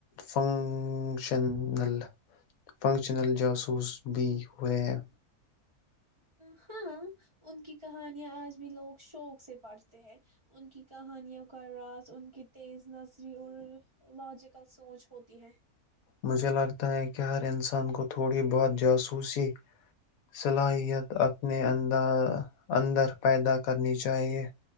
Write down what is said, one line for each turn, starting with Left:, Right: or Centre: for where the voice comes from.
Left: فنکشنل فنکشنل جاسوس بھی ہوئے ہیں
Right: ہاں ان کی کہانیاں آج بھی لوگ شوق سے پڑھتے ہیں ان کی کہانیوں کا راز ان کی تیز نسری اور لاجک کل سوچ ہوتی ہے
Left: مجھے لگتا ہے کہ ہر انسان کو تھوڑی بہت جاسوسی صلاحیت اپنے اند اندر پیدا کرنی چاہیے